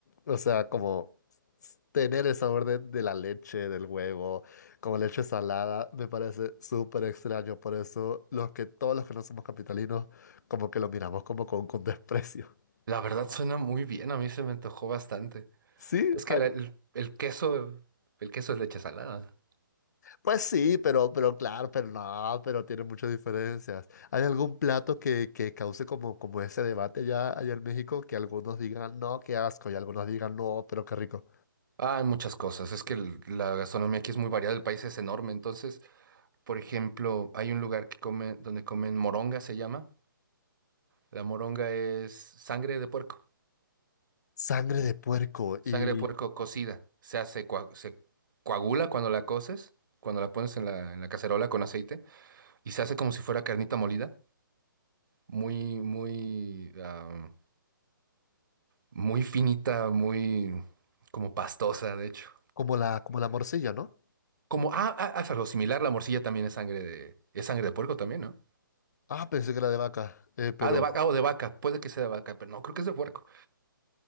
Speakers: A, on the left (about 50°); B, on the right (about 65°).
A: o sea, como tener el sabor de, de la leche, del huevo, como leche salada, me parece súper extraño. Por eso los que todos los que no somos capitalinos, como que lo miramos como con, con desprecio. <laughs>
B: La verdad suena muy bien, a mí se me antojó bastante.
A: Sí,
B: Es que
A: ah,
B: la- el, el queso, el queso es leche salada.
A: pues sí, pero, pero claro, pero no, pero tiene muchas diferencias. ¿Hay algún plato que, que cause como, como ese debate allá, allá en México? Que algunos digan, no, qué asco, y algunos digan, no, pero qué rico.
B: Ah, hay muchas cosas. Es que el- la gastronomía aquí es muy variada, el país es enorme. Entonces, por ejemplo, hay un lugar que come, donde comen moronga, se llama. La moronga es sangre de puerco.
A: Sangre de puerco
B: Sangre
A: y
B: de puerco cocida. O sea, se, cua- se coagula cuando la coces, cuando la pones en la, en la cacerola con aceite, y se hace como si fuera carnita molida. Muy, muy, am, muy finita, muy como pastosa, de hecho.
A: como la, como la morcilla, ¿no?
B: Como, ah, ah, haz algo similar, la morcilla también es sangre de, es sangre de puerco también, ¿no?
A: Ah, pensé que era de vaca, eh, pero
B: Ah, de vaca, o de vaca, puede que sea de vaca, pero no, creo que es de puerco.